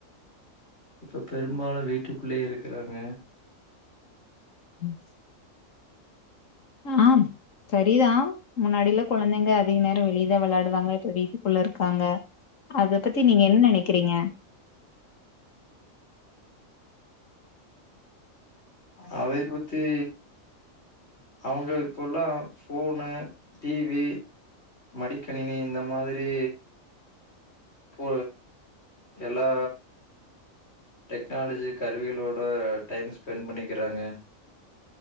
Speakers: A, on the left (about 55°); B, on the left (about 70°).
A: இப்ப பெரும்பாலு வீட்டுக்குள்ளயே இருக்குறாங்க
B: ம் ஆம் சரிதா முன்னாடியிலா கொழந்தைங்க அதிக நேர வெளி ய வெளாடுவாங்க இப்ப வீட்டுக்குள்ள இருக்காங்க அத பத்தி நீங்க என்ன நெனைக்கிறீங்க
A: அதை பத்தி அவங்க இப்போல்லா ஃபோனு டிவி மடிக்கணினி இந்த மாதிரி போ எல்லா டெக்னாலஜி கருவிகளோட டைம் ஸ்பென்ட் பண்ணிக்கிறாங்க